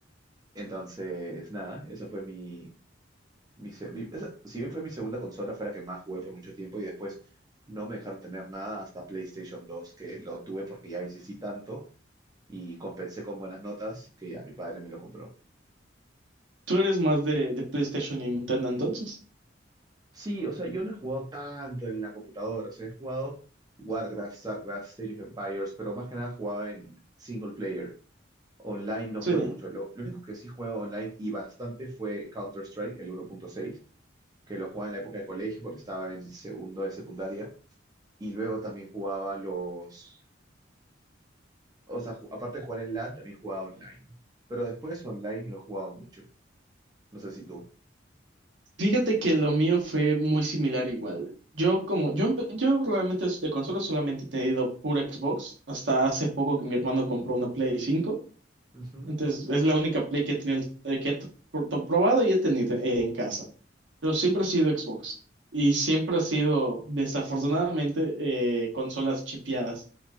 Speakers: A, on the right; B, on the right.
A: Entonces, nada, eso fue mi, Mi se- mi- esa- si bien fue mi segunda consola, fue la que más jugué por mucho tiempo y después no me dejaron tener nada hasta PlayStation 2, que lo tuve porque ya insistí tanto y compensé con buenas notas que ya mi padre me lo compró.
B: Tú eres más de, de PlayStation y Nintendo entonces.
A: Sí, o sea, yo no he jugado tanto en la computadora, o sea, he jugado Warcraft, StarCraft, State of Empires, pero más que nada jugaba en single player. Online no
B: Sí.
A: jugué mucho. Lo, lo único que sí juego online y bastante fue Counter-Strike, el 1.6, que lo jugaba en la época de colegio, cuando estaba en segundo de secundaria Y luego también jugaba los... O sea, ju- aparte de jugar en LAN, también jugaba online. Pero después online no he jugado mucho. No sé si tú.
B: Fíjate que lo mío fue muy similar igual. Yo como yo empe- yo realmente de consola solamente he tenido pura Xbox hasta hace poco que mi hermano compró una Play 5.
A: Ujú,
B: Entonces es la única Play que he tenido eh, que he to- to- probado y he tenido eh, en casa. Pero siempre ha sido Xbox y siempre ha sido desafortunadamente eh, consolas chipeadas.